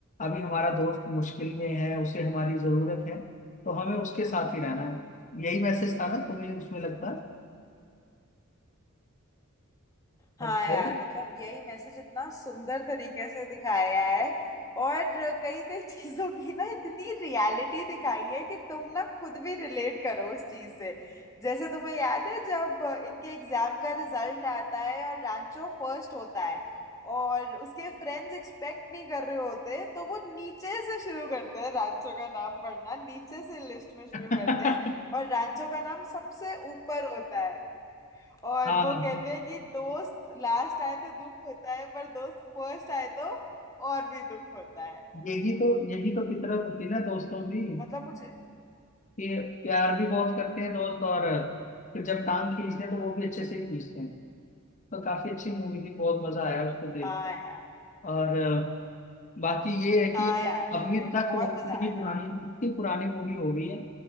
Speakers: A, on the left; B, on the left.
A: अभी हमारा दोस्त मुश्किल में है उसे हमारी जरूरत है तो हमें उसके साथ ही रहना है यही मैसेज था ना तुम्हें उसमें लगता
B: हाँ
A: बताओ
B: यार मतलब यही मैसेज इतना सुंदर तरीके से दिखाया है और कई कई चीजों की ना इतनी रियलिटी दिखाई है कि तुम ना खुद भी रिलेट करो उस चीज से जैसे तुम्हें याद है जब इनके एग्जाम का रिजल्ट आता है और रांचो फर्स्ट होता है और उसके फ्रेंड्स एक्सपेक्ट नहीं कर रहे होते तो वो नीचे से शुरू करते हैं रांचो का नाम पढ़ना नीचे से लिस्ट में शुरू
A: <laughs>
B: करते हैं और रांचो का नाम सबसे ऊपर होता है और
A: हाँ
B: वो
A: हाँ
B: कहते हैं कि दोस्त लास्ट आए तो दुख होता है पर दोस्त फर्स्ट आए तो और भी दुख होता है
A: यही तो यही तो फितरत होती है ना दोस्तों की
B: मतलब मुझे
A: कि प्यार भी बहुत करते हैं दोस्त और फिर जब टांग खींचते हैं तो वो भी अच्छे से खींचते हैं तो काफी अच्छी मूवी थी बहुत मजा आया उसको देख
B: हाँ यार
A: और बाकी ये है
B: हाँ
A: कि
B: यार मुझे
A: अभी तक
B: बहुत
A: वो
B: मजा
A: इतनी
B: आया
A: पुरानी इतनी पुरानी मूवी हो गई है